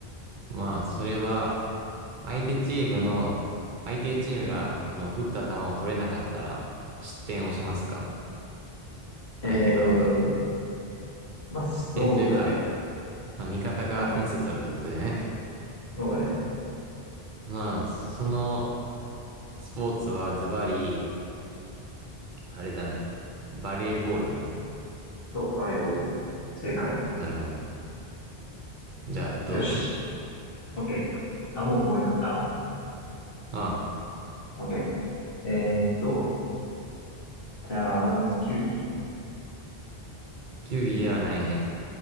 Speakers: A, on the right; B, on the left.
A: まあ、それは、相手チームの、相手チームが、その、打った球を取れなかったら、失点をしますか
B: えー、
A: 相手側が。
B: まあ、そうだね。
A: 失点というか、まあ、味方が点数取るってことだよね。
B: うん。そうだね。
A: まあ、そのスポーツはズバリ、あれだね。バレーボールだね。
B: そう、バレーボール。正解。
A: なるほどね。じゃあ、どうぞ。
B: よし。OK。あ、もう思い浮かべた
A: うん。
B: ?OK。えーっと、じゃあ、まず球技。
A: 球技ではないね。